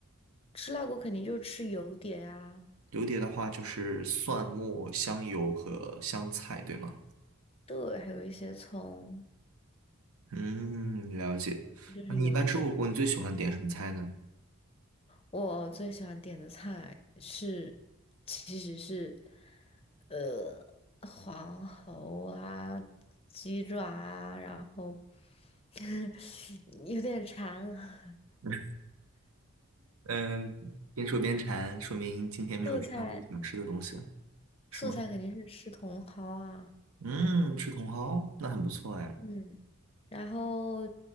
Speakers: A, on the left; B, on the right.
A: 吃辣锅肯定就是吃油碟啊，
B: 油碟的话就是蒜末、香油和香菜，对吗？
A: 对，还有一些葱，
B: 嗯，了解。
A: 这就是油碟。
B: 那你一般吃火锅，你最喜欢点什么菜呢？
A: 我最喜欢点的菜是，其实是，呃，黄喉啊，鸡爪啊，然后 <laughs> 有点馋了。
B: <laughs> 嗯，边说边馋，说明今天没有吃到自己想吃的东西了
A: 素菜
B: 是吗？
A: 素菜肯定是吃茼蒿啊，
B: 嗯，吃茼蒿，那很不错哎。
A: 嗯，然后